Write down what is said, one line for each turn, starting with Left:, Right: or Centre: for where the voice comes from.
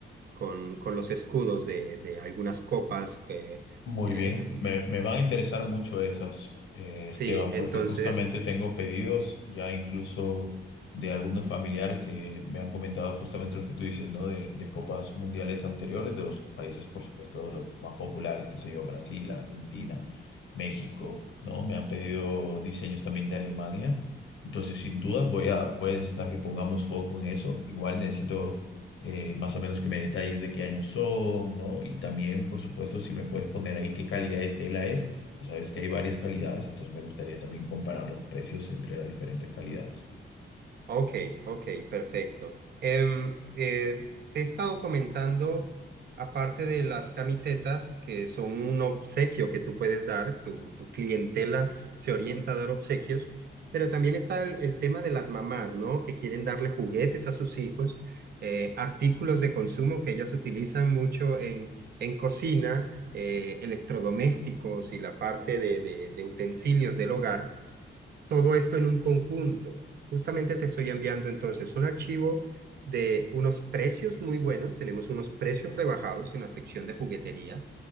Right: con, con los escudos de, de algunas copas que...
Left: Muy
Right: em,
Left: bien, me, me van a interesar mucho esas, eh,
Right: Sí,
Left: Esteban,
Right: entonces,
Left: porque justamente tengo pedidos ya incluso de algunos familiares que me han comentado justamente lo que tú dices, ¿no? De, de copas mundiales anteriores de los países, por supuesto, los más populares, qué sé yo, Brasil, Argentina, México, ¿no? Me han pedido diseños también de Alemania. Entonces, sin dudas, voy a, voy a necesitar que pongamos foco en eso. Igual necesito eh, más o menos que me detalles de qué años son, ¿no? Y también, por supuesto, si me puedes poner ahí qué calidad de tela es. Tú sabes que hay varias calidades, entonces me gustaría también comparar los precios entre las diferentes calidades.
Right: ok, ok, perfecto. Em, eh, te he estado comentando, aparte de las camisetas, que son un obsequio que tú puedes dar, tu, tu clientela se orienta a dar obsequios, pero también está el, el tema de las mamás, ¿no? Que quieren darle juguetes a sus hijos, eh, artículos de consumo que ellas utilizan mucho en, en cocina, eh, electrodomésticos y la parte de de- de utensilios del hogar. todo esto en un conjunto. Justamente te estoy enviando entonces un archivo de unos precios muy buenos. Tenemos unos precios rebajados en la sección de juguetería.